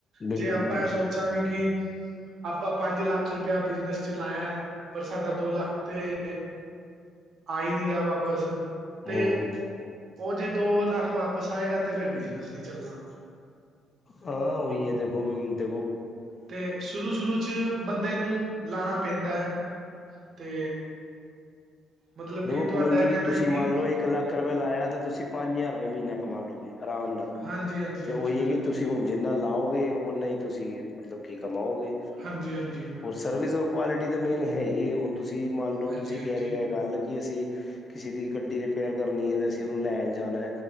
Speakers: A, on the left; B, on the right.
A: ਬਿਲਕੁਲ,
B: ਜੇ ਆਪਾਂ
A: ਬਿਲਕੁਲ
B: ਇਹ ਸੋਚਾਂਗੇ ਕਿ ਆਪਾਂ ਪੰਜ ਲੱਖ ਰੁਪਇਆ ਬਿਜਨਸ ਚਲਾਇਆ, ਪਰ ਸਾਡਾ ਦੋ ਲੱਖ ਤੇ ਆਈ ਨਹੀਂ ਰਿਹਾ ਵਾਪਿਸ ਤੇ,
A: ਹੂੰ।
B: ਉਹ ਜੇ ਦੋ ਲੱਖ ਵਾਪਸ ਆਏਗਾ, ਤੇ ਫੇਰ ਬਿਜਨਸ ਨਹੀਂ ਚੱਲਣਾ।
A: ਹਾਂ ਉਹੀ ਹੈ ਦੇਖੋ-ਦੇਖੋ।
B: ਤੇ ਸ਼ੁਰੂ-ਸ਼ੁਰੂ ਚ ਬੰਦੇ ਨੂੰ ਲਾਣਾ ਪੈਂਦਾ ਹੈ, ਤੇ ਮਤਲਬ
A: ਦੇਖੋ
B: ਕਿ ਤੁਹਾਡਾ
A: ਪੂੰਨਜੀ
B: ਇਹ ਕਹਿਣਾ
A: ਤੁਸੀਂ
B: ਹੈ ਕਿ
A: ਮੰਨ ਲਓ, ਇੱਕ ਲੱਖ ਰੁਪਏ ਲਾਇਆ ਤੇ ਤੁਸੀਂ ਪੰਜ ਹਜ਼ਾਰ ਰੁਪਏ ਮਹੀਨਾ ਕਮਾ ਲਓਗੇ, ਆਰਾਮ ਨਾਲ
B: ਹਾਂਜੀ ਹਾਂਜੀ
A: ਤੇ
B: ਹਾਂਜੀ
A: ਉਹੀ
B: ਬਿਲਕੁਲ
A: ਹੈ ਕਿ, ਤੁਸੀਂ
B: ਬਿਲਕੁਲ
A: ਹੁਣ ਜਿੰਨਾ ਲਾਓਗੇ, ਓਨਾ ਹੀ ਤੁਸੀਂ ਮਤਲਬ ਕੀ ਕਮਾਓਗੇ।
B: ਹਾਂਜੀ-ਹਾਂਜੀ,
A: ਹੋਰ ਸਰਵਿਸ ਔਰ ਕੁਆਲਿਟੀ ਤਾਂ ਮੇਨ ਹੈ ਹੀ ਹੈ, ਹੁਣ ਤੁਸੀਂ ਮੰਨ ਲਓ
B: ਹਾਂਜੀ
A: ਤੁਸੀਂ ਕਹਿ ਰਹੇ ਹੋ
B: ਹਾਂਜੀ
A: ਹੈ ਗੱਲ। ਕਿ ਅਸੀਂ ਕਿਸੇ ਦੀ ਗੱਡੀ ਰਿਪੇਅਰ ਕਰਨੀ ਹੈ, ਤੇ ਅਸੀਂ ਉਹਨੂੰ ਲੈਣ ਜਾਣਾ।